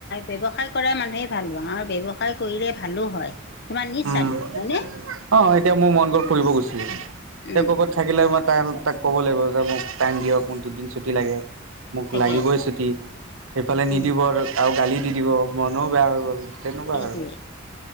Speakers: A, on the left; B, on the right.
A: ব্যয়ৱসায় কৰা মানুহে ভাল হয় আৰু ব্যৱসায় কৰিলে ভালো হয়। তোমাৰ নিজ
B: উম,
A: স্বাধীন হয়নে
B: অ, এতিয়া মোৰ মন গ'ল ফুৰিব গৈছিলোঁ এতিয়া
A: উম
B: কৰ'বাত থাকিলে মই তাৰ তাক ক'ব লাগিব যে মোক টাইম দিয়ক মোক দুদিন ছুটি লাগে। মোক
A: তাকে
B: লাগিবই চুটি এইফালে নিদিব
A: উম
B: আৰু আও গালি দি দিব মনো বেয়া হৈ গ'ল। তেনেকুৱা
A: সেইটোৱে
B: আৰু।